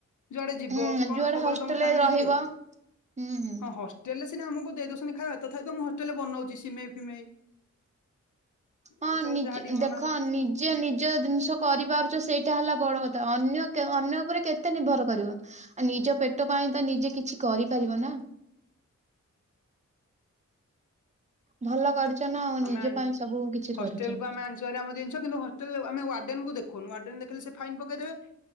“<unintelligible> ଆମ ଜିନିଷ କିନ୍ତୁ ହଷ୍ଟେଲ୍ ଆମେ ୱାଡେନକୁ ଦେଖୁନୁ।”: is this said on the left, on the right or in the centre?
Left